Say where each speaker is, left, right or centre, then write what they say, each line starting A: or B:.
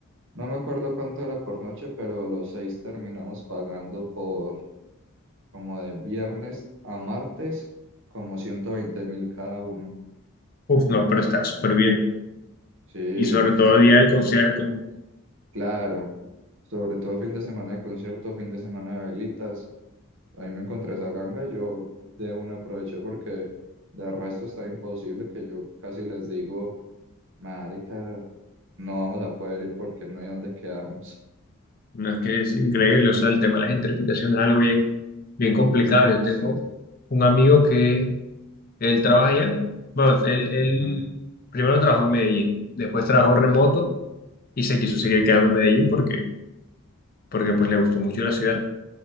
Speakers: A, on the right; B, on the left.
A: no me acuerdo cuánto era por noche, pero los seis terminamos pagando por como de viernes a martes, como ciento veinte mil cada uno.
B: Uf, no, pero está súper bien.
A: Sí, eso
B: Y sobre todo
A: fue
B: el
A: una
B: día del
A: ganga
B: concierto.
A: que no- Claro, sobre todo fin de semana de conciertos, fin de semana de velitas. Ahí me encontré esa ganga, yo de una aproveché porque de resto está imposible que yo casi les digo, marica, no vamos a poder ir porque no hay dónde quedarnos.
B: No es que es increíble, o sea, el tema de las interpretaciones es algo bien, bien complicado.
A: <laughs> Uy,
B: Yo tengo
A: sí,
B: un amigo que él trabaja allá. Bueno, él, él
A: ujú,
B: primero trabajó en Medellín, después trabajó remoto y se quiso seguir quedando en Medellín porque, porque pues le gustó mucho la ciudad.